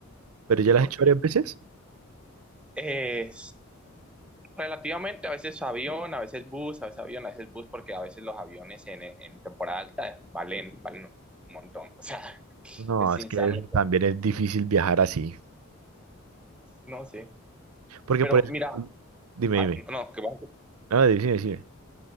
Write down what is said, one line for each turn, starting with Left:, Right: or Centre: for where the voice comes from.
Right: Pero ya
Centre: Entonces,
Right: las has hecho varias veces.
Centre: eh, Relativamente, a veces avión, a veces bus, a veces avión, a veces bus, porque a veces los aviones en, en temporada alta valen, valen un montón. <laughs> O sea,
Right: No,
Centre: es
Right: es
Centre: insano.
Right: que es-
Centre: lo que-
Right: también
Centre: hacen.
Right: es difícil viajar así.
Centre: No sé.
Right: Porque
Centre: Pero
Right: por eso...
Centre: mira,
Right: Dime,
Centre: ay,
Right: dime.
Centre: no, que, va-
Right: No, dime, dime.